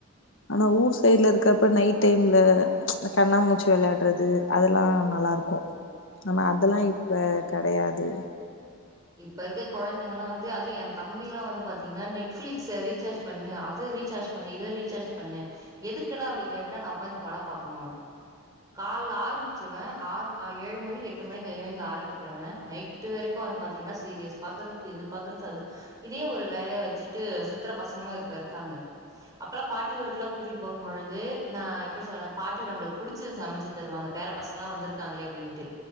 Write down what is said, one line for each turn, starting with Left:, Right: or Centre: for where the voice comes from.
Left: ஆனா ஊர் சைடுல இருக்கப்ப நைட் டைம்ல இந்த கண்ணாமூச்சு வெள்ளாட்றது அதெல்லா நல்லாருக் கு ஆமா அதெல்லா இப்ப கெடையாது
Right: இப்ப இருக்க ககொழந்தைங்கெல்லா வந்து அது என் தம்பிலா வந்து பாத்தீங்கன்னா நெட் ஃபிளிக்ஸ்ஸ ரீசார்ஜ் பண்ணு அத ரீசார்ஜ் பண்ணு இத ரீசார்ஜ் பண்ணு எதுக்குடா அப்படி கேட்ட நா உக்காஞ்சி பட பாக்கணு கால்ல ஆரம்பிச்சவ ஆ ஏழு மணி எட்டு மணிக்கு எழுந்து ஆரம்பிக்கிறவ நைட்டு வரைக்கு அந்த பாத்தீங்கன்ன சீரிஸ் பாக்கறது இது பாக்கறது அது இதே ஒரு வேலையா வச்சுட்டு சுத்துர பசங்களு இப்ப இருக்காங்க அப்பெல்லா பாட்டி ஊருக்கெல்லா கூட்டிட்டு போகும்பொழுது நா எப்டி சொல்றே பாட்டி நம்மளுக்கு புடிச்சது சமைச்சு தருவாங்க பேர பசங்களா வந்திருக்காங்களே அப்டின்ட்டு